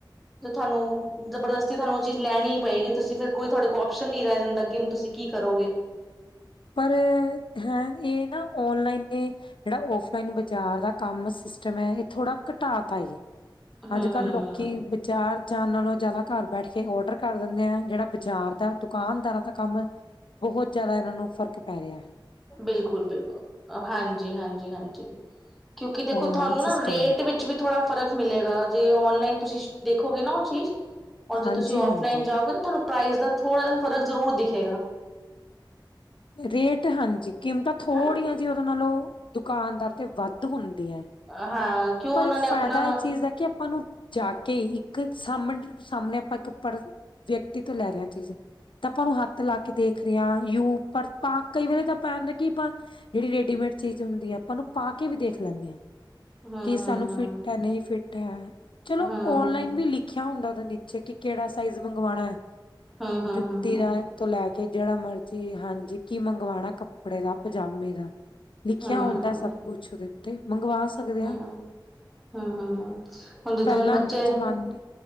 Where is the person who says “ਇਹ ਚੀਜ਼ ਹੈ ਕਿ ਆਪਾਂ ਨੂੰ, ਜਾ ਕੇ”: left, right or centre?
Left